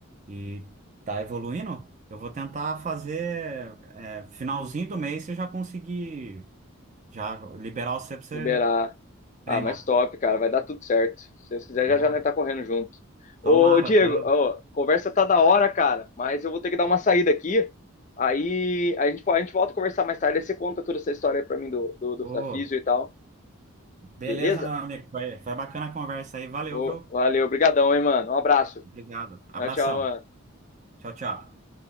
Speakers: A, on the right; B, on the left.
A: e tá evoluindo, eu vou tentar fazer é, finalzinho do mês você já conseguir já liberar você pra você
B: liberar.
A: treinar.
B: Ah, mas top, cara, vai dar tudo certo. Se Deus quiser,
A: Pô,
B: já já nós tá correndo junto. Ô,
A: tomara,
B: Diego,
A: tô.
B: ó, conversa tá da hora, cara, mas eu vou ter que dar uma saída aqui. Aí a gente, po- a gente volta a conversar mais tarde, aí você conta toda essa história aí pra mim do, do,
A: Ô,
B: do- da Físio e tal,
A: Beleza,
B: beleza?
A: meu amigo. Foi, foi bacana a conversa aí. Valeu,
B: Ô,
A: viu?
B: valeu, obrigadão hein, mano. Um abraço.
A: Obrigado. Abração.
B: Tchau, tchau, mano.
A: Tchau, tchau.